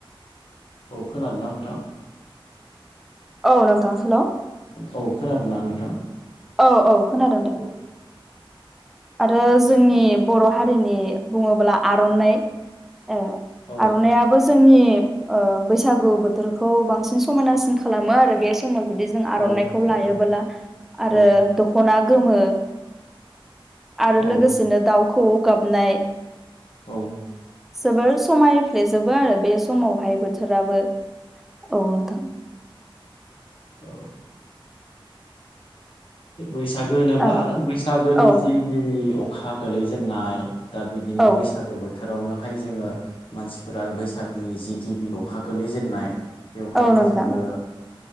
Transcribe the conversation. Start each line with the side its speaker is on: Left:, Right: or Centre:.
Left: औ खोनादों ना नोंथां
Centre: औ नोंथां हेल'
Left: औ खोनादों ना नोंथां?
Centre: औ औ खोनादों दे।
Left: औ
Centre: आरो जोंनि बर' हारिनि बुङोब्ला आर'नाइ ए
Left: औ
Centre: आर'नाइयाबो जोंनि ओ बैसागु बोथोरखौ बांसिन समायनासिन खालामो आरो बे समाव। जुदि जों आर'नाइखौ
Left: औ नोंथां
Centre: लायोबोला आरो
Left: औ
Centre: दखना गोमो आरो
Left: औ
Centre: लोगोसेनो दाउखौवौ गाबनाय
Left: औ
Centre: जोबोर समायफ्लेजोबो आरो बे समावहाय बोथोराबो औ नोंथां।
Left: औ बैसागो होनोब्ला
Centre: ओ
Left: बैसागोनि
Centre: औ
Left: जि गिबि अखा गोलैजेननाय दा बिदिनो
Centre: औ
Left: बैसागो बो थोरावनोहाय जोङो मानसिफोरा बैसागनि जि गिबि अखा गोलै जेननाय बेवहायनो
Centre: औ नोंथां
Left: जोङो
Centre: नंगौ